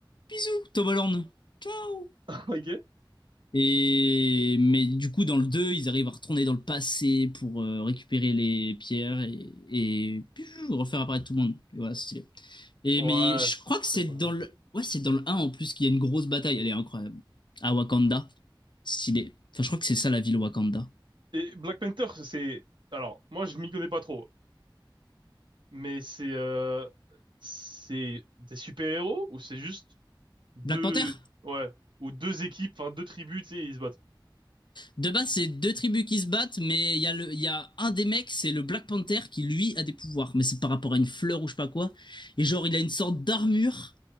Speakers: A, on the left; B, on the right.
A: bisous, Tom Holland, ciao.
B: <laughs> Ok.
A: Et mais du coup, dans le 2, ils arrivent à retourner dans le passé pour euh, récupérer les pierres et, et piou, refaire apparaître tout le monde. Et voilà, c'est stylé. Et
B: Ouais,
A: mais je crois que c'est
B: je sais pas.
A: dans le, ouais, c'est dans le un en plus qu'il y a une grosse bataille. Elle est incroyable. À Wakanda, stylé. Enfin, je crois que c'est ça la ville Wakanda.
B: Et Black Panther, c'est... Alors, moi, je m'y connais pas trop, mais c'est... euh, C'est des super-héros ou c'est juste deux...
A: Black Panther?
B: Ouais, ou deux équipes, enfin deux tribus, tu sais, ils se battent.
A: De base, c'est deux tribus qui se battent, mais il y, a le- il y a un des mecs, c'est le Black Panther, qui lui a des pouvoirs, mais c'est par rapport à une fleur ou je sais pas quoi. Et genre, il a une sorte d'armure,